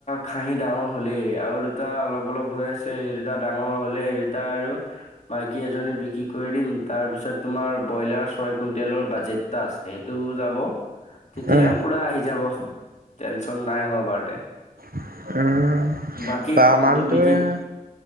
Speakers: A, on the left (about 50°); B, on the right (about 75°).
A: খাহি ডাঙৰ হ'লেই আৰু। দুটা অলপ অলপ হৈ আছে সেই দুটা ডাঙৰ হলে সেই দুটা আৰু। মাইকী এজনী বিক্ৰী কৰি দিম তাৰ পিছত তোমাৰ। ব্ৰইলাৰ ছয় কুইন্টেলৰ বাজেট এটা আছে। সেইটো যাব তেতিয়া
B: উম
A: পুৰা আহি যাব। টেনচন নাই এইবাৰ বাৰ্থডেত।
B: <unintelligible>
A: বাকী কলটো
B: মানুহটোৱে
A: বিক্ৰী,